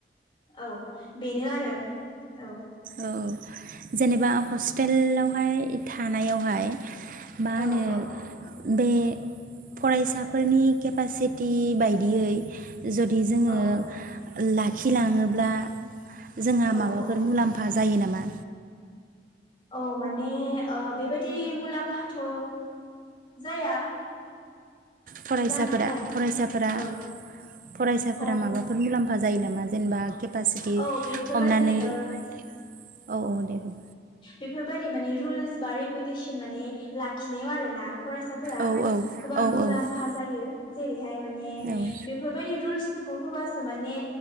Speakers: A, on the left; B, on the right.
A: औ बेनो आरो औ
B: औ जेनेबा हस्टेलावहाय थानायावहाय मा होनो
A: औ औ औ
B: बे फरायसाफोरनि केपासिटि बायदियै जुदि जोङो
A: औ
B: ला खि लाङोब्ला जोंहा
A: औ
B: माबाफोर
A: औ
B: मुलाम्फा जायो नामा
A: औ माने बेबायदि मुलाम्फाथ' जाया
B: फरायसाफोरा
A: जानायालाय
B: फरायसाफोरा
A: औ औ
B: माबाफोर मुलाम्फा जायो नामा जेनेबा केपासिटि
A: औ बेफोरबायदि
B: हमनानै औ
A: ओ
B: औ दे बुं
A: बेफोरबायदि माने रुल्स बा रेगुलेसन लाखिनायाव आरोना फरायसाफोरा
B: औ औ
A: गोबां
B: औ
A: मुलामफा
B: औ
A: जायो जेरैहाय माने
B: औ
A: बेफोरबायदि रुल्सफोरखौ होबासो माने